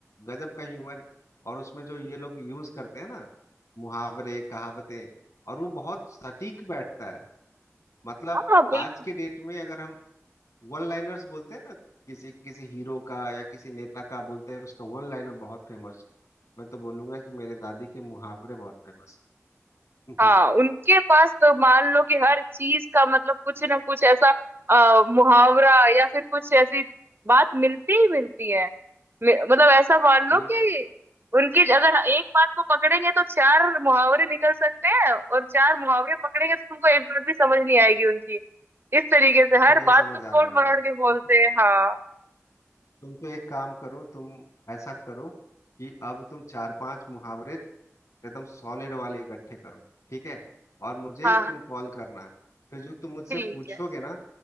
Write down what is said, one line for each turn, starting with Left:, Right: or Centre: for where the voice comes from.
Left: गजब का ह्यूमर और उसमें जो ये लोग यूज करते हैं ना मुहावरे कहावतें और वो बहुत सटीक बैठता है मतलब
Right: हाँ, बिल्कुल
Left: आज के डेट में अगर हम वन लाइनर्स बोलते हैं ना किसी किसी हीरो का या किसी नेता का बोलते हैं उसका वन लाइनर बहुत फेमस मैं तो बोलूंगा कि मेरे दादी के मुहावरे बहुत फेमस <laughs>
Right: हाँ उनके पास तो मान लो कि हर चीज का मतलब कुछ ना कुछ ऐसा अ, मुहावरा या फिर कुछ ऐसी बात मिलती ही मिलती है मे- मतलब ऐसा मान लो
Left: बिल्कुल
Right: कि उनकी अगर एक बात को पकड़ेंगे तो चार मुहावरे निकल सकते हैं और चार मुहावरे पकड़ेंगे तो तुमको एक बात भी समझ नहीं आएगी उनकी इस तरीके से
Left: कुछ
Right: हर
Left: नहीं
Right: बात
Left: समझ
Right: को तोड़
Left: आने वाला
Right: मरोड़ के बोलते
Left: बिल्कुल सही
Right: हैं
Left: कहा
Right: हाँ
Left: तुम तो एक काम करो तुम ऐसा करो कि अब तुम चार पांच मुहावरे एकदम सॉलिड वाले इकट्ठे करो ठीक है और मुझे
Right: हाँ हाँ,
Left: तुम कॉल करना फिर जो तुम मुझसे
Right: ठीक
Left: पूछोगे
Right: है
Left: ना